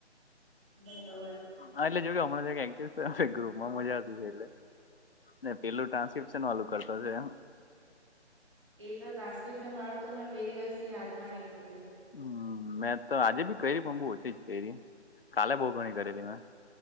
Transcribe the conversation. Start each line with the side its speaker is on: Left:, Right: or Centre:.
Right: બરોબર.
Left: હ એટલે જોયયો હમણાંયા એક્ટિવ હવે ગ્રુપમાં મજાતી છે એટલે પેલું ટ્રાન્સ્કિપ્શન વાલું કરતો છે.
Right: એ તો ટ્રાન્સકુશન વાળું તો મેં બે દિવસથી હાથમાં નહી પકડ્યું.
Left: હમ મેં તો આજે બી કરી પણ બુ ઓછી જ કરી કાલે બહુ ઘણી કરેલી મેં